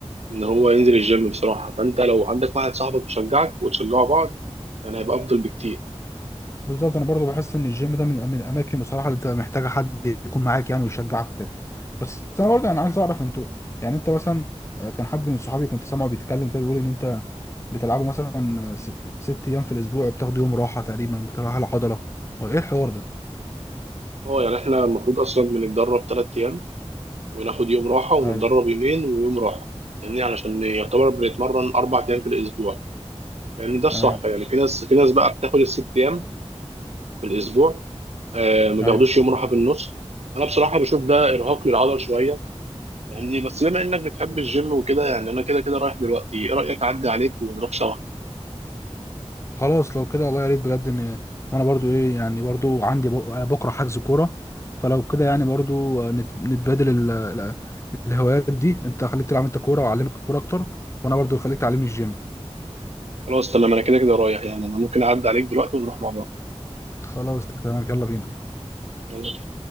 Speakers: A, on the right; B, on the left.
A: ان هو ينزل الجيم بصراحة فانت لو عندك واحد صاحبك يشجعك وتشجعوا بعض يعني هيبقى افضل بكتير
B: بالظبط انا برضو بحس ان الجيم ده من من الاماكن بصراحه اللي بتبقى محتاجه حد يكون معاك يعني ويشجعك كده بس انا برضو انا عايز اعرف انتوا يعني انت مثلا آه، كان حد من صحابي كنت سامعه بيتكلم كده بيقول ان انت بتلعبوا مثلا آه، س- ست ايام في الاسبوع وبتاخدوا يوم راحه تقريبا بتروح على العضله وايه الحوار ده
A: اه يعني احنا المفروض اصلا بنتدرب ثلاث ايام وناخد يوم راحة ونتدرب
B: ايوه
A: يومين ويوم راحة يعني علشان يعتبر بنتمرن اربع ايام في الاسبوع لان ده الصح
B: تمام
A: يعني في ناس في ناس بقى بتاخد الست ايام في الاسبوع آه ما بياخدوش
B: ايوه
A: يوم راحه في النص انا بصراحه بشوف ده ارهاق للعضل شويه يعني بس بما انك بتحب الجيم وكده يعني انا كده كده رايح دلوقتي ايه رايك اعدي عليك ونروح سوا
B: خلاص لو كده والله يا ريت بجد ان وانا برضو ايه يعني برضو عندي بق- بكره حجز كوره فلو كده يعني برضو نت- نتبادل ال- ال- الهوايات دي انت خليك تلعب انت كوره واعلمك الكوره اكتر وانا برضو خليك تعلمني الجيم
A: خلاص تمام انا كده كده رايح يعني انا ممكن اعدي عليك دلوقتي ونروح مع بعض
B: خلاص تمام يلا بينا
A: يلا.